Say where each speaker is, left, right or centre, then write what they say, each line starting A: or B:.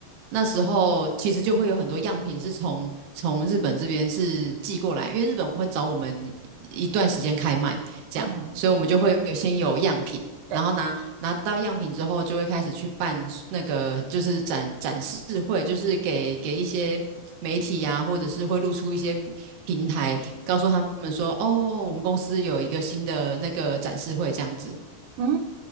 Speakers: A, on the right; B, on the right.
A: 那时候其实就会有很多样品是从从日本这边是寄过来，因为日本会找我们一段时间开卖这样，
B: 嗯，
A: 所以我们就会先有样品。
B: 对，
A: 然后拿拿到样品之后，就会开始去办那个就是展展示会，就是给给一些媒体呀、或者是会露出一些平台，告诉他们说，哦，我们公司有一个新的那个展示会这样子。
B: 嗯